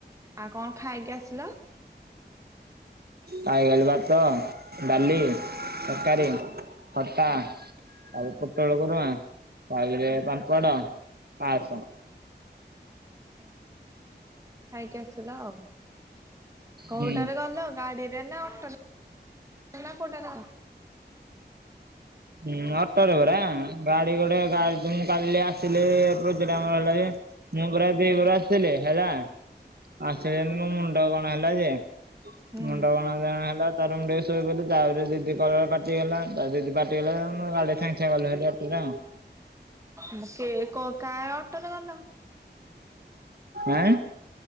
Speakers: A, on the right; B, on the right.
A: ଆଉ କଣ ଖାଇକି ଆସିଲ?
B: ଖାଇକିଗଲି ଭାତ ଡାଲି
A: ହୁଁ
B: ତରକାରି
A: ହୁଁ
B: ଖଟା
A: ହୁଁ
B: ତାପରେ
A: ହୁଁ
B: ପୋଟଳ କୁର୍ମା ତାପରେ
A: ହୁଁ
B: ପାମ୍ପଡ, ପାସ।
A: ଆଛା ଖାଇକି ଆସିଲ ଆଉ। କୋଉଟାରେ
B: ହୁଁ
A: ଗଲ ଗାଡିରେ ନା ଅଟୋରେ? ନା କୋଉଟାରେ?
B: ହୁଁ ଅଟୋ ରେ ପରା ଗାଡି ଗୋଟେ ଗାଡି ମୁ କାଲି ଆସିଲି ଭୋଜୀ ହେଲା ଯେ ମୁଁ ପରା ଦିପହର ଆସିଥିଲି ହେଲା। ଆସିଲି ମୋ ମୁଣ୍ଡ କଣ ହେଲା ଯେ
A: ହୁଁ
B: ମୁଣ୍ଡ କଣ କେଇଆଣି ହେଲା ତାପରେ ମୁ ଟିକେ ଶୋଇପଡ଼ିଲି ତାପରେ ଦିଦି କଲା ପାଟି କଲା ତାପରେ ଦିଦି ପା ଟି କଲା ତାପରେ ସଙ୍ଗେ ସାଙ୍ଗେ ଗଲୁହାରି ଅଟୋରେ ଆଉ।
A: ମୁ କେ କ କା ଅଟୋରେ ଗଲ?
B: ଆଁ